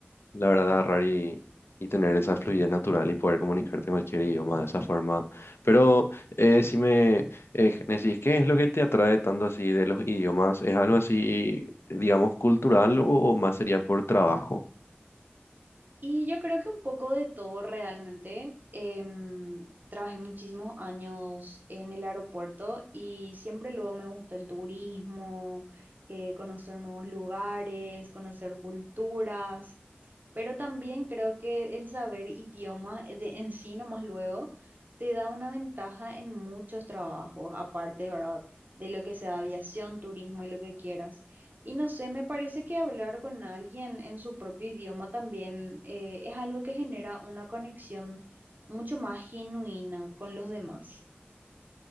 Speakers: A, on the left; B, on the right.
A: la verdad, agarrar y, y tener esa fluidez natural y poder comunicarte en cualquier idioma de esa forma. Pero eh, si me eh, decís, ¿qué es lo que te atrae tanto así de los idiomas? ¿Es algo así, digamos, cultural o, o más sería por trabajo?
B: Y yo creo que un poco de todo realmente. Em, trabajé muchísimos años en el aeropuerto y siempre luego me gustó el turismo, eh, conocer nuevos lugares, conocer culturas, pero también creo que el saber idiomas eh, de, en sí nomás luego te da una ventaja en muchos trabajos, aparte, ¿verdad? De lo que sea aviación, turismo y lo que quieras. Y no sé, me parece que hablar con alguien en su propio idioma también eh, es algo que genera una conexión mucho más genuina con los demás.